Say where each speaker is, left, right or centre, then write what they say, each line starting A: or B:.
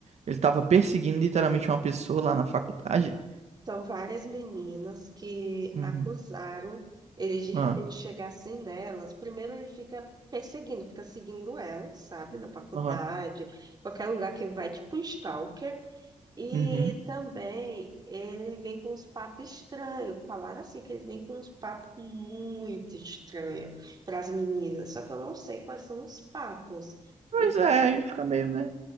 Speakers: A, on the right; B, on the right.
A: Ele tava perseguindo literalmente uma pessoa lá na faculdade.
B: São várias meninas que
A: Uhum.
B: acusaram ele de repente
A: Ah,
B: chegar assim nelas. Primeiro ele fica perseguindo, fica seguindo ela, sabe, na faculdade,
A: aham.
B: qualquer lugar que vai, tipo um stalker. E
A: Uhum.
B: também ele vem com uns papos estranhos. Falaram assim que ele vem com uns papos muito estranhos para as meninas. Só que eu não sei quais são os papos,
A: Pois
B: entendeu?
A: é, aí fica meio, né?